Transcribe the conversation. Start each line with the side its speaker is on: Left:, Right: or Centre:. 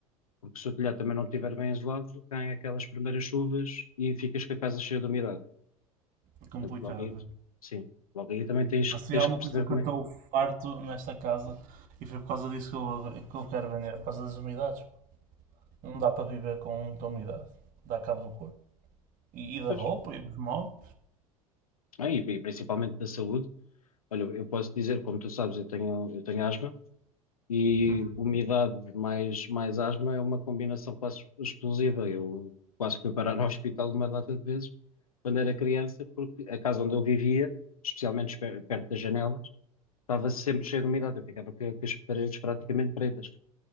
Left: Porque se o telhado também não estiver bem isolado, tem aquelas primeiras chuvas e ficas com a casa cheia de umidade.
Right: É complicado.
Left: Portanto, logo aí,
Right: velho.
Left: sim, logo aí também tens,
Right: Mas se
Left: tens
Right: há alguma
Left: que perceber
Right: coisa que
Left: como
Right: eu estou
Left: é.
Right: farto nesta casa e foi por causa disso que eu, que eu quero vender, por causa das umidades. pá. Não dá para viver com muita umidade. Dá cabo do corpo. E, e da
Left: Pois,
Right: roupa e dos móveis.
Left: ah, e, e principalmente da saúde Olha, eu posso dizer, como tu sabes, eu tenho, eu tenho asma e
Right: Uhum.
Left: umidade mais, mais asma é uma combinação quase explosiva. Eu quase fui parar ao hospital uma data de vezes quando era criança, porque a casa onde eu vivia, especialmente pe- perto das janelas, estava sempre cheia de umidade. Eu ficava com, com as paredes praticamente pretas.